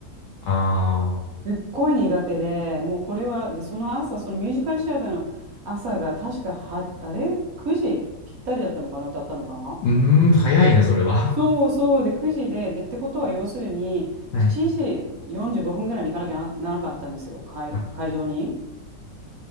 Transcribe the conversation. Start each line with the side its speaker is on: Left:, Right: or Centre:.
Left: ああ
Right: すっごい苦手でもうこれはでその朝そのミュージカルシアターの朝が確かはあれ9時ぴったりだったのかな歌ったのが。
Left: うーん、早いな、それは。
Right: そうそうで9時で、でってことは要するに7時45分ぐらいに行かなきゃなならなかったんですよ会、
Left: はい。はい
Right: 会場に。